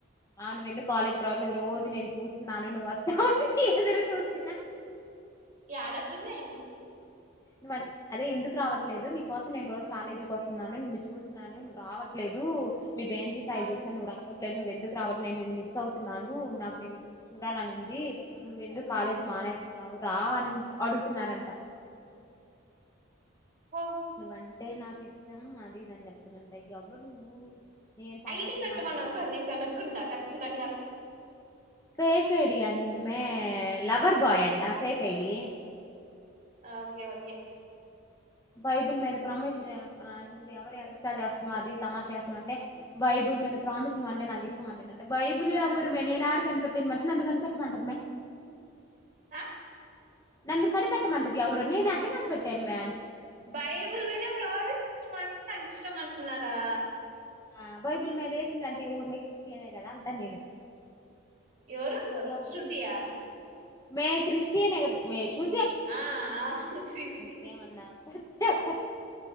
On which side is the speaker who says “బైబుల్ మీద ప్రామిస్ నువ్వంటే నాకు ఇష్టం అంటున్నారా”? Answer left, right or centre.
Right